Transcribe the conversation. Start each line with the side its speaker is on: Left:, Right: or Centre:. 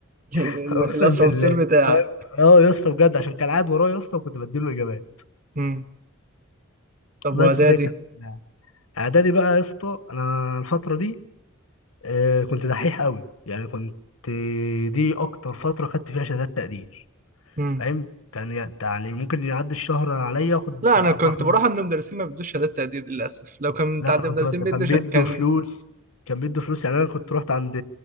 Right: ال-
Left: <laughs>
Right: ال-
Left: اقسم
Right: الأسانسير
Left: بالله
Right: بتاعك
Left: اه يا اسطى بجد عشان كان قاعد ورايا يا اسطى وكنت بديله اجابات
Right: أمم. طب
Left: بس
Right: وإعدادي
Left: دي كانت اعدادي بقى يا اسطى انا الفتره دي آه، كنت دحيح قوي يعني كنت دي اكتر فتره خدت فيها شهادات تقدير
Right: أمم.
Left: فاهم يعني يعني ممكن يعدي الشهر عليا اخد
Right: لا
Left: اربع
Right: أنا كنت
Left: خمس
Right: بروح عند مدرسين ما بيدوش شهادات تقدير للأسف لو كان
Left: لا
Right: بتاع عند
Left: انا
Right: مدرسين
Left: كنت بقدم
Right: بيدوا
Left: كان
Right: شهادات
Left: بيدوا
Right: كان
Left: فلوس كان بيدوا فلوس يعني انا كنت رحت عند